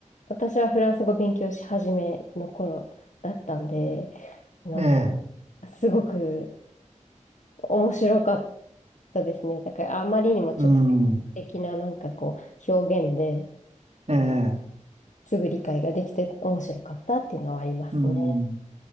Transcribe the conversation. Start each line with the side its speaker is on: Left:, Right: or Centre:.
Left: 私はフランス語勉強し始めの頃だったんで、なん
Right: ええ
Left: かすごく面白かった。そうですね。だからあまりにも直接的ななんかこう表現で
Right: うん、ええ、
Left: すぐ理解ができて面白かったっていうのはありますね。
Right: うん、